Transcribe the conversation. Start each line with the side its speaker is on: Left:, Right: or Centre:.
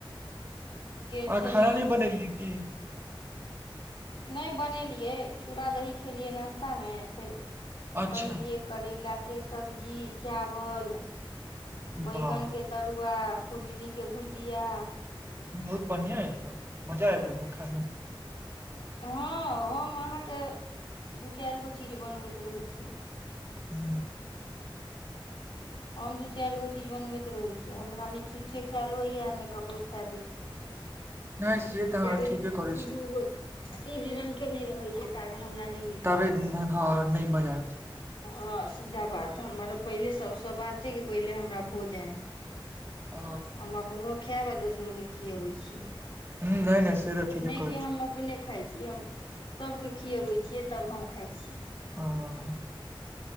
Left: गेल
Right: अहाँ
Left: छलहुँ
Right: खाना नहि बनेलियै की
Left: नहि बनेलियै चूड़ा दही खेलियै नाश्तामे फेर
Right: अच्छा
Left: बनेलियै करैलाके सब्जी चावल बैगनके
Right: वाह
Left: तरुआ कुण्डलीके भुजिया
Right: बहुत बढ़ियाये तऽ मजा आबि गेलैहें खााय मऽ
Left: हँ हम अहाँके दू चारि गो चीज बनबैत रहै छियै
Right: हू
Left: हम दू चारि गो चीज बनबै तऽ रहै छै जे हमरा नय छुच्छे खैल होइए नय ककरो खै दै छियै
Right: नहि से तऽ अहाँ
Left: जाबे
Right: ठीके करै छी
Left: दूगो तीन रंग के नय रहै छै ताबे हमरा नय नीक
Right: तबे
Left: लगैया
Right: हँ नय मजा ऐत
Left: हँ सीधा बात हमर पहिले सभसँ बात छै कि पहिले हमरा भोजन
Right: ह
Left: हम अपनो खैब आ दोसरो के खियबै छियै ई
Right: नहि नहि से तऽ ठीके
Left: नय
Right: कहै
Left: कि
Right: छी
Left: हम अप अपने खाय छी हम सबके खियबै छियै तब हम खाय छियै
Right: हँ